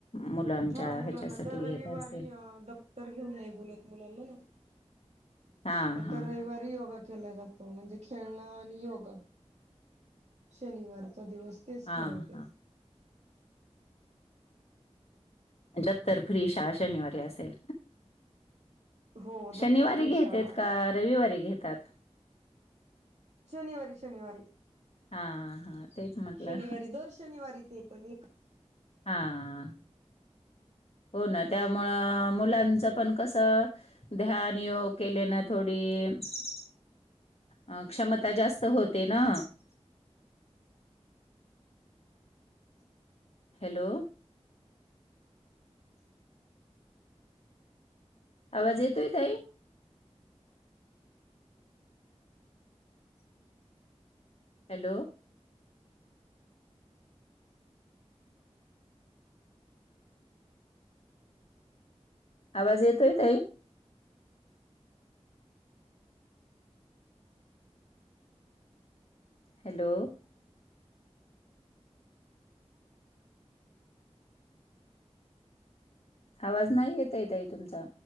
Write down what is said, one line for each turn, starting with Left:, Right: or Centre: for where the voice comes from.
Left: मुलांच्या
Right: हा मुलांना
Left: ह्याच्यासाठी
Right: दर रविवारी
Left: घेत असतील
Right: दप्तर घेऊ नाही बोलत मुलांना ना <unintelligible>
Left: हा
Right: इधर
Left: हा
Right: रविवारी
Left: हा
Right: योगा <inaudible> केला जातो म्हणजे खेळण आणि योगा शनिवार चा दिवस तेच ठरवते
Left: हा हा दफ्तर फ्री शाळा शनिवारी असेल
Right: हो दप्तर
Left: शनिवारी
Right: फ्री
Left: घेतेत
Right: शाळा
Left: का रविवारी घेतात <unintelligible>
Right: शनिवारी शनिवारी
Left: हा हा तेच म्हटलं
Right: शनिवारी <unintelligible> दर शनिवारी ते <unintelligible> पण एक
Left: हा <unintelligible>
Right: <unintelligible>
Left: हो ना त्यामुळं मुलांचं पण कसं ध्यान योग केले ना थोडी <unintelligible>
Right: <unintelligible>
Left: अ क्षमता जास्त होते ना
Right: <unintelligible>
Left: हॅलो आवाज येतोय ताई हॅलो आवाज येतोय ताई हॅलो आवाज नाही येताय ताई तुमचा